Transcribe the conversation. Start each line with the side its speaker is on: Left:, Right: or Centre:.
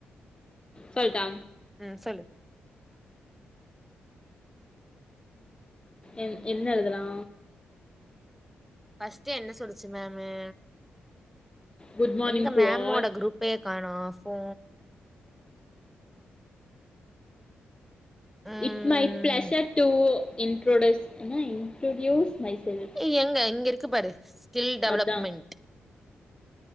Left: சொல்ட்டா
Centre: ம் சொல்லு
Left: என் என்னெழுதலா
Centre: பஸ்ட்டு என்ன சொல்ச்சு மேம்மு
Left: குட் மார்னிங்
Centre: எங்க
Left: டு
Centre: மேம்மோட
Left: ஆல்
Centre: குரூப்பயே காணோ போ ம்
Left: இட்ஸ் மை ப்ளசர் டூ இன்ரோடூஸ்னா இன்ட்ரொடடியூஸ் மை செல்ப்
Centre: ஏ எங்க இங்கே இருக்கு பாரு ஸ்கில் development
Left: அதா